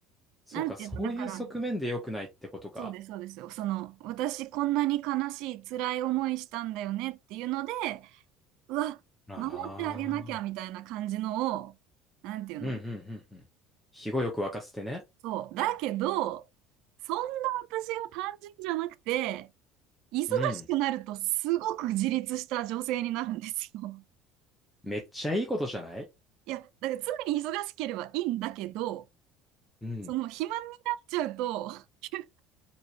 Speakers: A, in the centre; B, on the right (about 65°).
A: そうか、
B: なんていうの、
A: そういう側面で良くないってことか。
B: だから、そうです、そうですよ。その、私こんなに悲しい、辛い思いしたんだよねっていうので、うわ、
A: ああ。
B: 守ってあげなきゃみたいな感じのを、なんていうの。
A: うんうんうんうん。肥後よく沸かせてね。
B: そう。だけど、そんな私が単純じゃなくて、忙しくなるとすごく自立した女性になるんですよ。
A: うん。めっちゃいいことじゃない
B: いや、だから常に忙しければいいんだけど、
A: うん。
B: その肥満になっちゃうと、<laughs>